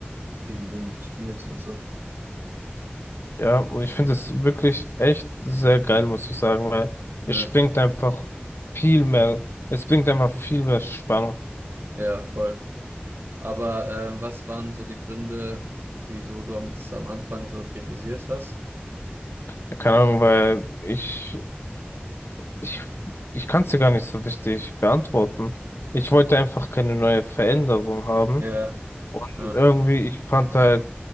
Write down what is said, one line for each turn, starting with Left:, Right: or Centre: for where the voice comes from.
Right: gegen wem du spielst und so.
Left: Ja, und ich finde es wirklich echt sehr geil, muss ich sagen, weil
Right: Ja,
Left: es bringt einfach viel mehr, es bringt einfach viel mehr Spannung.
Right: ja, voll. Aber äh, was waren so die Gründe, wieso du am- das am Anfang so kritisierst hast?
Left: Ja, Keine Ahnung, weil ich, ich, ich kann es dir gar nicht so richtig beantworten.
Right: Mhm.
Left: Ich wollte einfach keine neue Veränderung haben.
Right: Ja,
Left: Und
Right: ja,
Left: irgendwie, ich fand halt,